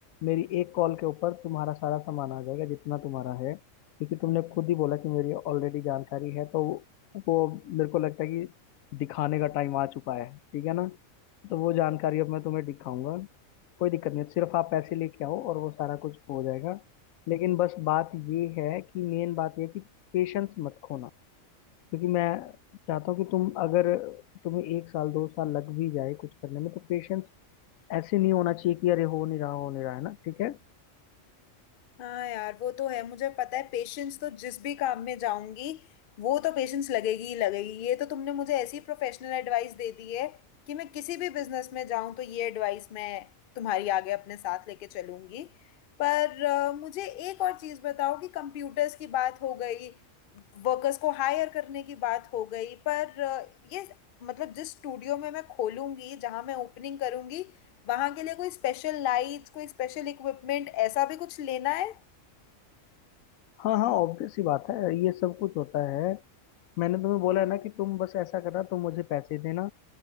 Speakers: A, on the left; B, on the left.
A: मेरी एक कॉल के ऊपर तुम्हारा सारा सामान आ जाएगा जितना तुम्हारा है क्योंकि तुमने खुद ही बोला कि मेरी ऑलरेडी जानकारी है तो वो मेरे को लगता है कि दिखाने का टाइम आ चुका है ठीक है ना तो वो जानकारी अब मैं तुम्हें दिखाऊंगा कोई दिक्कत नहीं है, सिर्फ आप पैसे लेके आओ और वो सारा कुछ हो जाएगा लेकिन बस बात ये है कि मेन बात ये है कि पेशेंस मत खोना क्योंकि मैं चाहता हूँ कि तुम अगर तुम्हें एक साल दो साल लग भी जाए कुछ करने में तो पेशेंस ऐसे नहीं होना चाहिए कि अरे हो नहीं रहा हो नहीं रहा है ना ठीक है
B: हाँ यार वो तो है मुझे पता है पेशेंस तो जिस भी काम में जाऊंगी वो तो पेशेंस लगेगी ही लगेगी ये तो तुमने मुझे ऐसी प्रोफेशनल एडवाइस दे दी है कि मैं किसी भी बिजनेस में जाऊं तो ये एडवाइस मैं तुम्हारी आगे अपने साथ लेके चलूंगी पर अ, मुझे एक और चीज बताओ कि कंप्यूटर्स की बात हो गई वर्कर्स को हायर करने की बात हो गई पर अ, ये मतलब जिस स्टूडियो में मैं खोलूंगी जहां मैं ओपनिंग करूंगी वहां के लिए कोई स्पेशल लाइट्स कोई स्पेशल इक्विपमेंट ऐसा भी कुछ लेना है
A: हाँ हाँ ऑब्वियस सी बात है ये सब कुछ होता है मैंने तुम्हें बोला है ना कि तुम बस ऐसा करना तुम मुझे पैसे देना